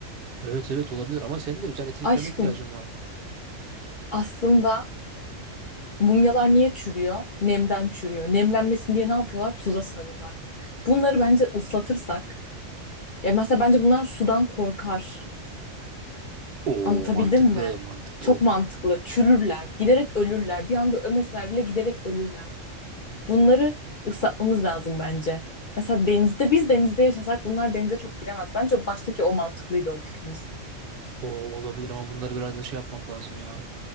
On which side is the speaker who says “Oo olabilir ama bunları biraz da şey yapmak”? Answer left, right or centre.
Right